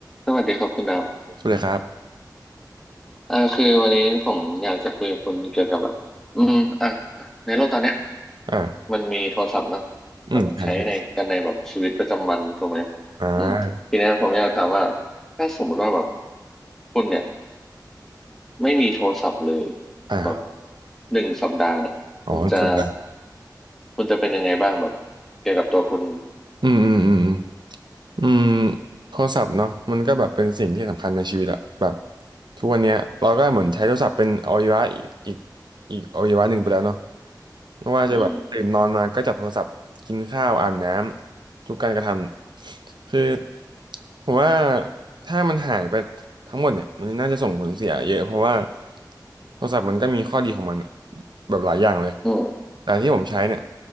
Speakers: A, in the centre; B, on the right (about 85°).
A: สวัสดีครับคุณดับ
B: สุดเลยครับ
A: อ่าคือวันนี้ผมอยากจะคุยกับคุณเกี่ยวกับแบบอืมอ่ะในโลกตอนเนี้ย
B: อ่า
A: มันมีโทรศัพท์เนอะ
B: อืมใช่ใช่
A: แบบใช้ในกันในแบบชีวิตประจำวันถูกไหม
B: อ่า
A: อืมทีเนี้ยผมอยากถามว่าถ้าสมมติว่าแบบคุณเนี่ยไม่มีโทรศัพท์เลย
B: อ่า
A: แบบหนึ่งสัปดาห์เนี่ยคุณจะ
B: อ๋อสุดละ
A: คุณจะเป็นยังไงบ้างแบบเกี่ยวกับตัวคุณ
B: อืมอืมอืม อืมอืมโทรศัพท์เนาะมันก็แบบเป็นสิ่งที่สำคัญในชีวิตอะแบบทุกวันเนี้ยเราก็เหมือนใช้โทรศัพท์เป็นอวัยวะอีกอีกอีกอวัยวะหนึ่งไปแล้วเนาะ ไม่ว่าจะแบบตื่นนอนมาก็จับโทรศัพท์กินข้าวอาบน้ำทุกการกระท
A: อืม
B: ำคือผมว่าถ้ามันหายไปทั้งหมดเนี่ยมันน่าจะส่งผลเสียเยอะเพราะว่าโทรศัพท์มันก็มีข้อดีของมันอะแบบหลายอย่างเลย
A: อืม
B: แต่ที่ผมใช้เนี่ย